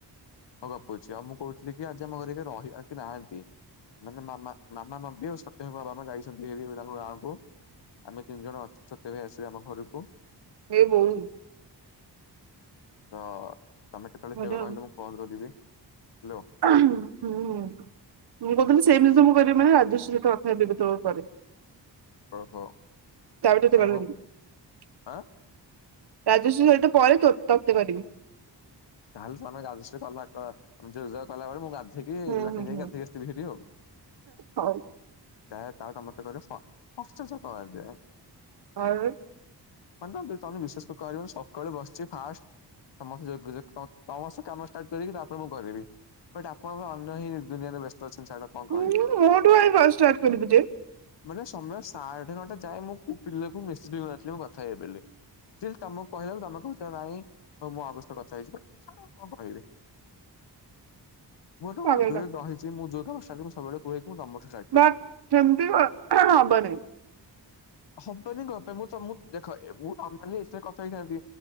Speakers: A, on the left; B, on the right.
A: ହଁ ଗପୁଛି ଆଉ ମୁଁ କହୁଥିଲି କି ଆଜି ଆମ ଘରେ ରହିବା କେଇ ନାହାନ୍ତି। ମାନେ ମାମା ମଧ୍ୟ ସତ୍ୟ ଭାମା ବା ଯାଇସନ୍ତି ହେରି ତାଙ୍କ ଗାଁକୁ। ଆମେ ତିନି ଜଣ ଅଛୁ ସତ୍ୟ ଭାଇ ଆସିବେ ଆମ ଘରକୁ।
B: ହେ ବୋଉ।
A: ହଁ ତମେ କେତେବେଳେ
B: ଭଲ
A: ଯିବ
B: ଆଉ
A: କହିଲ ମୁଁ କଲ୍ କରିବି ହାଲୋ।
B: ହୁଁ। ମୁଁ କହୁଥିଲି ସେଇ ଜିନିଷ ମୁଁ କରିବି ମାନେ ରାଜସ୍ ସ୍ବତ ଅଧା ବିପୁତ କରେ। <unintelligible>
A: ଓହୋ ମାନେ ମୁଁ ଆଁ
B: ରାଜସ୍ରି ସହିତ ପରେ ତତେ କରିବି।
A: ତାହେଲେ <inaudible> ଯିଏ ଯାହା କଲା ପରେ ମୁଁ ବାଧ୍ ଯିଏକି ରାତିରେ
B: ହୁଁ ହୁଁ
A: ଯାଇକି
B: ହୁଁ
A: ଗାଧେଇକି ଆସିଥିବି ହେରି ଆଉ।
B: ହଉ
A: ତା ତାରେ ସମସ୍ତେ କଇଲୁ ଷଷ୍ଠ ସପ୍ତମ ଯାଏ।
B: ଆଲି।
A: ମାନେ ତ ତମେ ବିଶ୍ୱାସ ତ କରିବନି ସକାଳୁ ବସିଚି ଫାଷ୍ଟ ତମ ସ ଯୋଗା ଯୋଗ୍ ତମ ତମ ସହ କାମ ଷ୍ଟାର୍ଟ କରିକି ତାପରେ ମୁଁ କରିବି ବଟ୍ ଆପଣ ତ ଅନ୍ୟ ହିଁ ଦୁନିଆରେ ବେସ୍ତ ଅଛନ୍ତି ଛାଡ। କଣ
B: ହୁଁ
A: କହିବି।
B: ମୋ ଠୁ କାଇଁ ଫାଷ୍ଟ୍ ଷ୍ଟାର୍ଟ କରିବୁ ଯେ।
A: ମାନେ ସମୟ ସାଢେ ନଅଟା ଯାଏଁ ମୁଁ କୋଉ ପିଲାକୁ ମେସେଜେ କରିନଥିଲି ମୁଁ କଥା ହେବି ବେଲି। ଷ୍ଟିଲ୍ ତମୁକୁ କହିଲା ବେଳୁ ତମେ କହୁଚ ନାଇଁ ମୋର ମୁଁ ଆଉ କାହା ସହିତ କଥା ହେଇଚି ପା। ଛାଡ ଆଉ କଁ କହିବି ମୁଁ ତମୁକୁ
B: ପାଗଳ
A: ଆଗୁରୁ ବି କହି ଚି ମୁଁ ଯୋଉ କାମ <unintelligible> ସବୁବେଳେ କୁହେ ମୁଁ ତମଠୁ ଷ୍ଟା
B: ବଟ୍ ସେମତି ଅ ହ ହ ହବ ନେଇଁ।
A: ହବନି କଁ ପାଇଁ ମୁଁ ତମୁକୁ ଦେଖ ଏ ମୁଁ ତମେ ମାନେ ଇଷ୍ଟାରେ କଥା ହେଇଥାନ୍ତି।